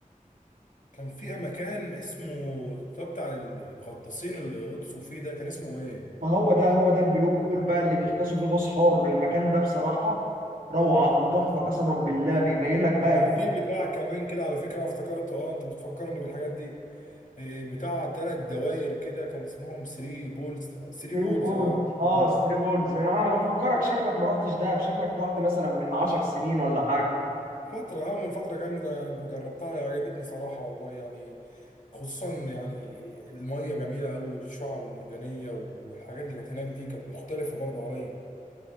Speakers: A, on the left; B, on the right.
A: كان في مكان اسمه ده بتاع الغطاسين اللي غطسوا فيه ده كان اسمه ايه
B: ما هو ده هو ده البلو هول بقى اللي بيغطسوا فيه غوص حر المكان ده بصراحه روعه وتحفه قسما بالله بيبين لك بقى
A: وكان في بتاع كمان كده على فكرة انا افتكرته اه انت بتفكرني بالحاجات دي إيه، بتاع ثلاث دواير كده كان اسمهم 3 بولز 3
B: ثري
A: بولز
B: بولز
A: اه
B: اه
A: من
B: ثري بولز انا بفكرك شكلك ما رحتش دهب شكلك رحت مثلا من 10 سنين ولا حاجه
A: فترة اه من فترة جامدة أنا جربتها عجبتني صراحة والله يعني خصوصا يعني المية جميلة أوي والشعب المرجانية والحاجات اللي كانت هناك دي كانت مختلفة برضو عليا